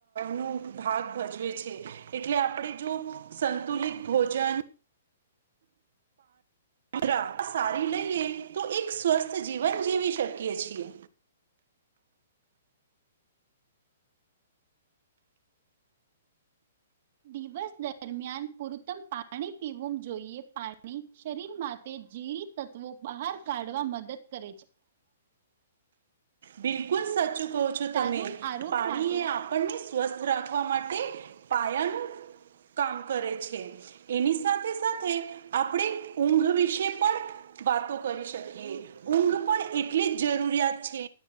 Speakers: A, on the right; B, on the right.
A: નું ભાગ ભજવે છે. એટલે આપણે જો સંતુલિત ભોજન મુદ્રા આ સારી લઈએ તો એક સ્વસ્થ જીવન જીવી શકીએ છીએ.
B: દિવસ દરમિયાન પુરત્તમ પાણી પીવું જોઈએ. પાણી શરીર માટે ઝેરી તત્વો બહાર કાઢવા મદદ કરે છે.
A: બિલકુલ સાચું કહો છો
B: સારું
A: તમે
B: આરોગ્ય
A: પાણી
B: માટે
A: એ આપને સ્વસ્થ રાખવા માટે પાયાનું કામ કરે છે એની સાથે સાથે આપણે ઊંઘ વિશે પણ વાતો કરી શકીએ ઊંઘ પણ એટલી જ જરૂરિયાત છે.